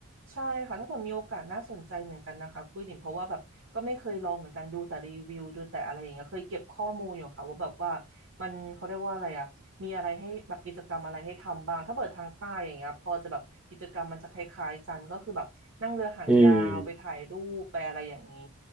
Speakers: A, on the right; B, in the centre.
A: ใช่ค่ะถ้าเกิดมีโอกาสน่าสนใจเหมือนกันนะคะกุ้ยหลินเพราะว่าแบบก็ไม่เคยลองเหมือนกันดูแต่รีวิวดูแต่อะไรอย่างเงี้ยเคยเก็บข้อมูลอยู่ค่ะว่าแบบว่ามันเขาเรียกว่าอะไรอ่ะมีอะไรให้แบบกิจกรรมอะไรให้ทำบ้างถ้าเปิดทางใต้อย่างเงี้ยพอจะแบบกิจกรรมมันจะคล้ายๆกันก็คือแบบนั่งเรือหางยาวไปถ่ายรูปไปอะไรอย่างนี้
B: อืม